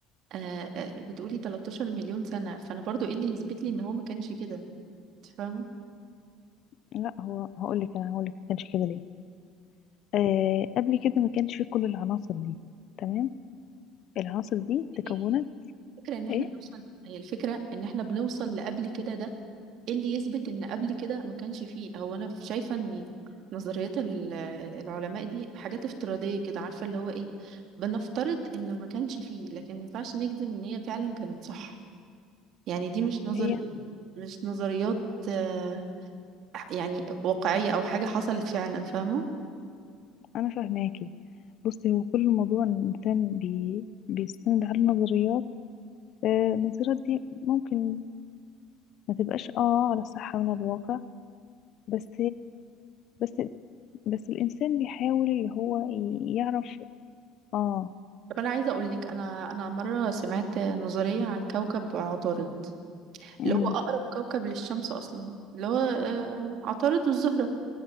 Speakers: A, on the right (about 60°); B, on the left (about 55°).
A: آه، آه، بتقولي 13 مليون سنة فأنا برضو إيه اللي يثبت لي إن هو ما كانش كده أنت فاهمة؟
B: لا هو هقول لك انا هقول لك ما كانش كده ليه آه قبل كده ما كانش فيه كل العناصر دي تمام العناصر دي تكونت
A: هي الفكرة إن إحنا
B: ايه
A: بنوصل هي الفكرة إن إحنا بنوصل لقبل كده ده إيه اللي يثبت إن قبل كده ما كانش فيه هو أنا شايفة إن نظريات ال- العلماء دي حاجات افتراضية كده عارفة اللي هو إيه بنفترض إنه ما كانش فيه لكن ما ينفعش نجزم إن هي فعلا كانت صح يعني دي مش نظر
B: هي
A: مش نظريات آه، يعني واقعية أو حاجة حصلت فعلا فاهمة؟
B: انا فاهماكي بصي هو كل الموضوع إن الانسان بي... بيستند على النظريات آه، النظريات دي ممكن ما تبقاش اه على صحة من الواقع بس بس بس الانسان بيحاول اللي هو ي- يعرف اه
A: طب انا عايزه اقول لك انا انا مره سمعت نظريه عن كوكب عطارد
B: امم
A: اللي هو اقرب كوكب للشمس اصلا اللي هو آه، عطارد والزهره